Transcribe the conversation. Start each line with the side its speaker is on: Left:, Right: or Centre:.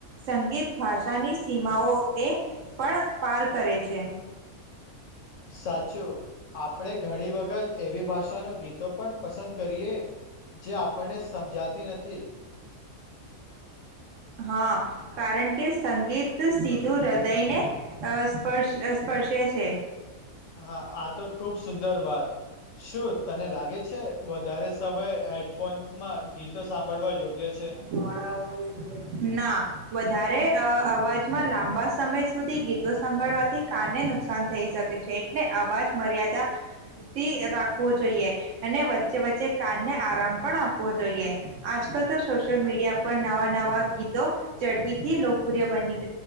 Right: સંગીત ભાષાની સીમાઓ એ પણ પાર કરે છે.
Left: સાચું, આપડે ઘણી વખત એવી ભાષા ચાલો, ગીતો પણ પસંદ કરીએ જે આપણને સમજાતી નથી.
Right: હા, કારણ કે સંગીત સીધું હૃદયને સ્પર્શ સ્પર્શે છે.
Left: હા, આ તો ખુબ સુંદર વાત શું તને લાગે છે. વધારે સમયે હેડફોનમાં ગીતો સાંભળવા યોગ્ય છે.
Right: નોડ ના વધારે અવાજમાં લાંબા સમય સુધી ગીતો સાભળવાથી કાનને નુકસાન થઈ શકે છે એટલે અવાજ મર્યાદાથી રાખવો જોઈએ અને વચ્ચે વચ્ચે કાનને આરામ પણ આપવો જોઈએ આજકાલ તો સોશિયલ મીડિયા પર નવા નવા ગીતો ઝડપીથી લોકપ્રિય બની